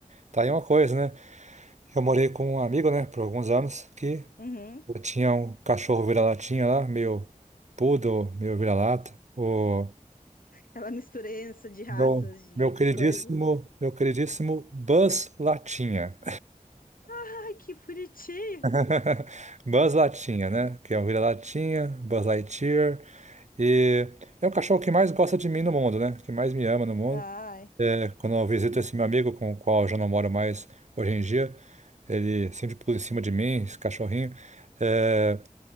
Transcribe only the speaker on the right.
tá aí uma coisa, né? Eu morei com um amigo, né, por alguns anos, que
eu tinha um cachorro vira-latinha lá, meio poodle, meio vira-lata. O
meu,
meu
queridíssimo,
meu queridíssimo Buzz Latinha.
<laughs> Buzz Latinha, né? Que é um vira-latinha, Buzz Lightyear. E é o cachorro que mais gosta de mim no mundo, né? Que mais me ama no mundo.
É, quando eu visito esse meu amigo com o qual eu já não moro mais hoje em dia, ele sempre pula em cima de mim, esse cachorrinho. É,